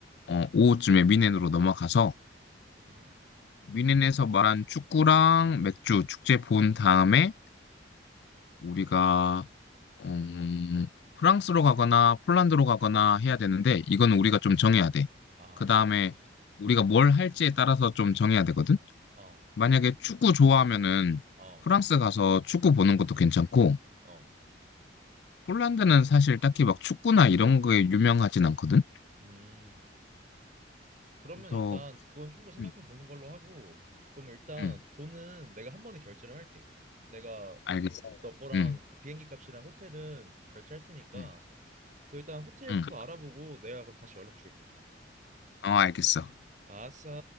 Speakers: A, on the left (about 60°); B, on the right (about 40°).
A: 어, 오후쯤에 뮌헨으로 넘어가서
B: 음,
A: 뮌헨에서 말한 축구랑 맥주 축제 본 다음에 우리가 음, 프랑스로 가거나 폴란드로 가거나 해야 되는데 이건 우리가 좀 정해야 돼.
B: 아,
A: 그 다음에 우리가 뭘 할지에 따라서 좀 정해야 되거든.
B: 어,
A: 만약에 축구 좋아하면은
B: 어,
A: 프랑스 가서 축구 보는 것도 괜찮고,
B: 어,
A: 폴란드는 사실 딱히 막 축구나 이런 거에 유명하진 않거든?
B: 음. 그러면
A: 그래서,
B: 일단 그건 좀 더 생각해
A: 응,
B: 보는 걸로 하고, 그럼 일단
A: 응,
B: 돈은 내가 한 번에 결제를 할게. 내가
A: 알겠어.
B: 너 거랑
A: 응,
B: 그 비행기 값이랑 호텔은 결제할 테니까
A: 응,
B: 그 일단 호텔부터
A: 응.
B: 알아보고 내가 그럼 다시 연락 줄게.
A: 어, 알겠어.
B: 아싸.